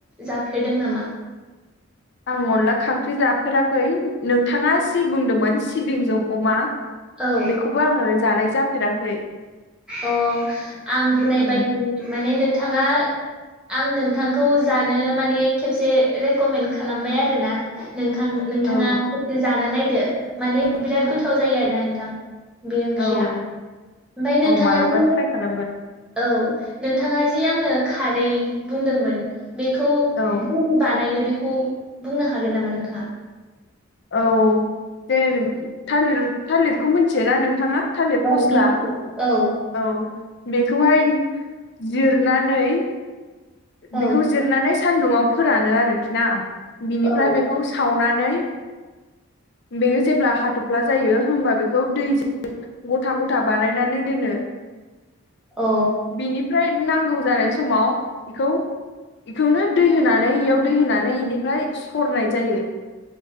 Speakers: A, in the centre; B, on the left.
A: जाफेरदों नामा?
B: आं अनला खाख्रि जाफेराखै नोंथाङा जि बुंदोंमोन सिबिंजों अमा
A: औ
B: बेखौबो आङो जानाय जाफेराखै।
A: अ आं बुंनाय
B: औ
A: बायदि माने, नोंथाङा आं नोंथांखौ जानो माने खेबसे रेकमेन्ड खालामबाय आरोना। नोंथां-नोंथाङा
B: औ
A: ससे जाना नायदो माने बिराद गोथाव जायो आरोना नोंथां बेयो। ओंख्रिया
B: औ
A: ओमफाय नोंथाङा
B: औ मालाबा
A: जि।
B: ट्राइ खालामगोन
A: औ नोंथाङा जे आंनो खारै बुंदोंमोन। बेखौ
B: औ
A: बोरै बानायो बेखौ बुंनो हागोन नामा नोंथाङा?
B: औ जे थालिर-थालिरखौ मिथियोना नोंथाङा? थालिर
A: औ
B: फस्ला
A: मिथिगौ औ
B: औ बेखौहाय जिरनानै
A: औ
B: बेखौ जिरनानै सान्दुंआव फोरानो आरोखि ना बिनिफ्राय
A: औ
B: बेखौ सो सावनानै बेयो जेब्ला हाथफ्ला जायो होमबा बेखौ दैजों गथा-गथा बानायनानै दोनो।
A: औ।
B: बिनिफ्राय नांगौ जानाय समाव बेखौ बेखौनो दै होनानै इयाव दै होनानै बेनिफ्राय सरनाय जायो।